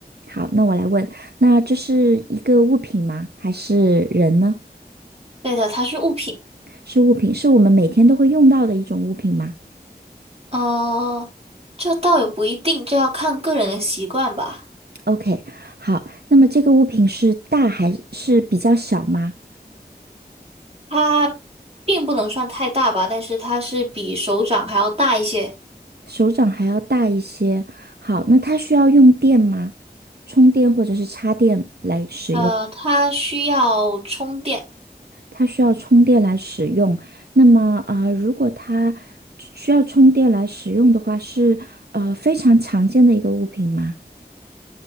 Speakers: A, on the right; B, on the right.
A: 好，那我来问，那这是一个物品吗？还是人呢？
B: 对的，它是物品。
A: 是物品，是我们每天都会用到的一种物品吗
B: 呃，这倒也不一定，这要看个人的习惯吧。
A: ？OK，好，那么这个物品是大还是比较小吗？
B: 它并不能算太大吧，但是它是比手掌还要大一些。
A: 手掌还要大一些。好，那它需要用电吗？充电或者是插电来使用？
B: 呃，它需要充电。
A: 它需要充电来使用。那么啊，呃，如果它需要充电来使用的话，是呃非常常见的一个物品吗